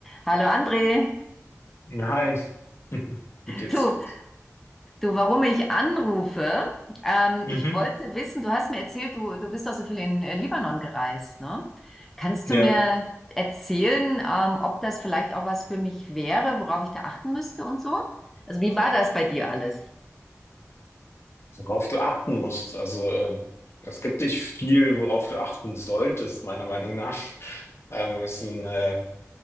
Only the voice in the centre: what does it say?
Hallo André.
Du, du, warum ich anrufe? Ähm,
ich wollte wissen, du hast mir erzählt, du, du bist auch so viel in äh, Libanon gereist, ne? Kannst
du mir erzählen, ähm, ob das vielleicht auch was für mich wäre, worauf ich da achten müsste und so? Also, wie war das bei dir alles?